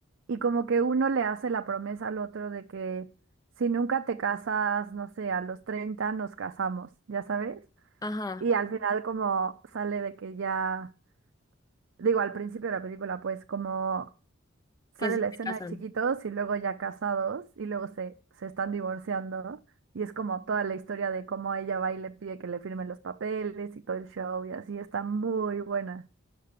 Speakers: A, on the right; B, on the left.
A: y como que uno le hace la promesa al otro de que si nunca te casas, no sé, a los 30 nos casamos, ya sabes,
B: Ajá,
A: y al final como sale de que ya, digo, al principio de la película, pues como sale
B: que sí
A: la escena
B: se casan.
A: de chiquitos y luego ya casados y luego se, se están divorciando y es como toda la historia de cómo ella va y le pide que le firmen los papeles y todo el show y así está muy buena.